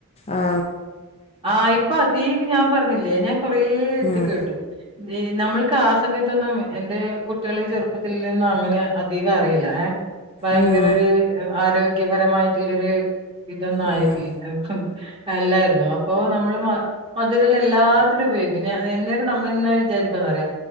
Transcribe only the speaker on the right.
ആ ഇപ്പ അതീകും ഞാൻ പറഞ്ഞില്ലേ ഞാൻ കൊറേയിട്ത്ത്
കേട്ടു ദേ നമ്മൾ ക്ക് ആ സമയത്തൊന്നും എന്റെ കുട്ടെൾ ചെറുപ്പത്തിൽ ഒന്നും അങ്ങനെ അധികം അറിയില്ല ഏ ഭയങ്കര
ഒരു ആരോഗ്യ പരമായിട്ട് ഇല്ലൊര് ഇതൊന്നായിട്ട്
ഇല്ലെ <unintelligible> എല്ലരും അപ്പൊ നമ്മൾ മ മധുരുള്ള എല്ലാത്തിനും ഉപയോഗിക്കും ഞ എന്നെരം നമ്മൾ എന്നാ വിചാരിക്കുന്ന് അറിയോ